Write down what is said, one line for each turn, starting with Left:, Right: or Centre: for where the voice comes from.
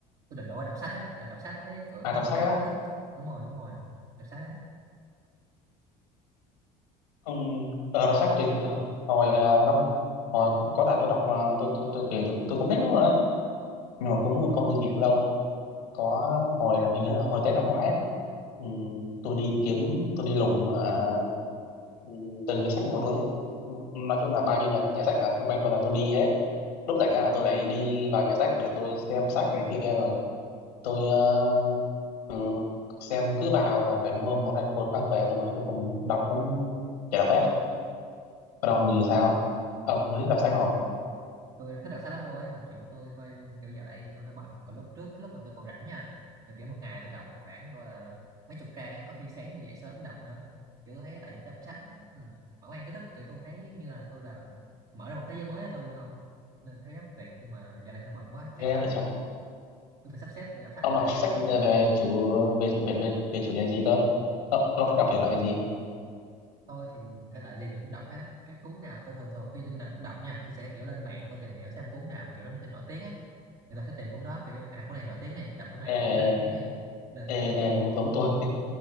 Right: tôi định đổi qua đọc sách ấy là đọc sách thấy kiểu
Left: à
Right: nó
Left: đọc
Right: mở
Left: sách
Right: mang
Left: á
Right: kiến thức đúng rồi đúng rồi đọc sách ấy
Left: ông ờ, đọc sách thì ờ, hồi ờ, năm hồi có đợt tôi đọc mà tôi tôi tôi kể tôi cũng thích lắm rồi á nhưng mà cũng không duy trì được lâu á có hồi là hình như là hồi Tết năm ngoái ấy, ừ, tôi đi kiếm tôi đi lùng ở ừ, từng nhà sách một luôn ấy nói chung là bao nhiêu nhà nhà sách ở xung quanh tôi là tôi đi hết lúc rảnh ra là tôi lại đi vào nhà sách để tôi xem sách này kia rồi tôi ờ, ừ, xem cứ vào là phải mua một hai cuốn mang về rồi mà cuối cùng đọc cũng chả đọc hết còn ông thì sao ông có thích đọc
Right: tôi
Left: sách không
Right: tôi thích đọc sách lắm luôn ấy mà kiểu tôi hơi kiểu giờ đấy thì tôi hơi bận còn lúc trước cái lúc mà tôi còn rảnh nha là kiểu một ngày tôi đọc khoảng tôi là mấy chục trang ấy có khi sáng gì dậy sớm đọc nữa kiểu thấy tại đọc sách ừ, mở mang kiến thức kiểu tôi thấy như là tôi là mở ra một thế giới mới cho tôi luôn không nên thấy rất tuyệt nhưng mà giờ này hơi bận quá chắc
Left: nghe
Right: là
Left: vậy chẳng
Right: tôi phải sắp xếp tôi đọc sách
Left: ông
Right: lại
Left: đọc
Right: mới
Left: sách
Right: được
Left: về chủ về về về, về chủ đề gì cơ Ờ, ông thích đọc thể loại gì
Right: tôi thì thể loại gì tôi cũng đọc hết á cái cuốn nào tôi thường thường khi tôi đọc, đọc nha tôi sẽ kiểu lên mạng tôi tìm hiểu xem cuốn nào kiểu nó nổi tiếng ấy người ta sẽ tìm cuốn đó kiểu như à cuốn này nổi tiếng này đọc cuốn này
Left: ê
Right: cuốn này nổi tiếng này nên là
Left: ê
Right: tôi sẽ
Left: ê
Right: nhận
Left: cũng giống tôi